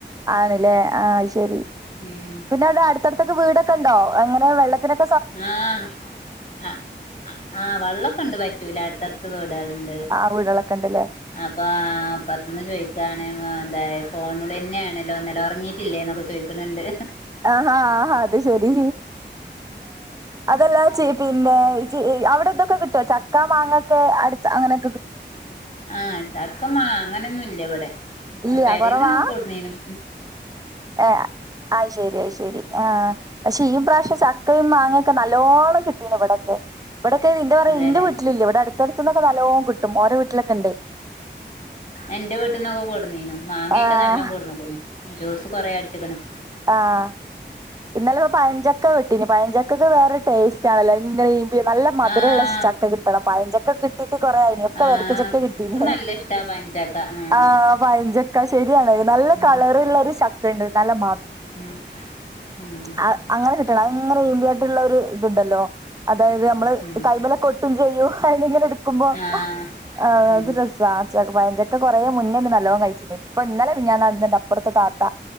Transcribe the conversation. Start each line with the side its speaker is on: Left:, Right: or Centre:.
Right: ആണ്ല്ലേ ആഹ ശെരി
Left: ഉം
Right: പിന്നെ അവിടെ അടുത്തടുത്തൊക്കെ വീടൊക്കെണ്ടോ എങ്ങനെ വെള്ളത്തിനക്കെ
Left: ആഹ അ ആ വെള്ളോക്കെണ്ട് വറ്റൂല അടുത്തടുത്ത് വ് ണ്ട് ണ്ട്
Right: ആ വീടുകളൊക്കെ ഉണ്ടല്ലേ
Left: അപ്പൊ ആ <inaudible> ന്ന് ചോയ്ക്കാണെ എന്തായ് ഫോണിലെന്നാണല്ലോ ന്നെലെ ഉറങ്ങിയിട്ടില്ലേന്നൊക്കെ ചോയ് ക്ക്ണണ്ട്
Right: ആഹാ ആ ഹാ അത്ശെരി അതെല്ലാം ചെയ് പിന്നെ അവിടെതൊക്കെ കിട്ടൊ ചക്ക മാങ്ങൊക്കെ അട്താങ്ങനെ
Left: ആഹ ചക്കമാങ്ങനൊന്നുല്ലവിടെ
Right: ഇല്ല
Left: പെരേന്ന്
Right: കുറവാ
Left: കൊട്ന്നീനു
Right: ഏ ആ ശരിയയി ശരി ആ പക്ഷെ ഈ പ്രാശ്യം ചക്കയും മാങ്ങൊക്കെ നല്ല ലോണ് കിട്ടീന്വ്ടൊക്കെ വിടെക്കെ
Left: അതെല്ലേ
Right: എന്റെ വീട്ടിലില്ല വിടെ അട്ത്തട്ത്ത്ന്നൊക്കെ നല്ലോകിട്ടും ഓരവീട്ടിലൊക്കെണ്ട്
Left: എന്റെ വീട്ടന്നൊക്കെ കൊടന്നീനു മാങ്ങോക്കെ
Right: ആഹ്
Left: നല്ലോണം കൊടന്നക്കണു ഇ കുറേര്ച്ച്ക്ക്‌ണ്
Right: ആഹ ഇന്നല ഇപ്പോ പയഞ്ചക്ക വെട്ടിന പയഞ്ചക്കക്ക് വേറെ ടേസ്റ്റ് ആണല്ലോ ഇ നല്ല മധുരമുള്ള
Left: ആഹ്
Right: ചക്ക കിട്ടണം പഴചക്ക കട്ടട്ട് കുറായിന ഒക്കെ
Left: ആഹ്
Right: വരക്കച്ചക്കെ കിട്ടീനേ
Left: ഇത് നല്ല ഇഷ്ടാ പഞ്ചാക്ക ആഹ്
Right: ആ പയഞ്ചക്ക ശരിയാണ് നല്ല
Left: ഉം
Right: കളറള്ള ഒരു ചക്ക ഉണ്ട് നല്ല മ
Left: ഉം ഉം
Right: അ അങ്ങനെ കിട്ടണം അത്ങ്ങനെ എമ്പിയ ആയിട്ടുള്ള ഒരു ഇതുണ്ടല്ലോ അതായത് നമ്മള്
Left: ഉം
Right: കൈമല കൊട്ടും ചെയ്യോ അ ഇങ്ങനെ എടു മ്പോത്
Left: ആഹ് ഉം
Right: രസ പഞ്ചക്കെ കൊറേ മുന്നേ നല്ലോണം കഴിച്ചി ഇപ്പൊ ഇന്നലെ പിന്ന ഞൻ നടന്നണ്ട് അപ്പുറത്തെ താത്ത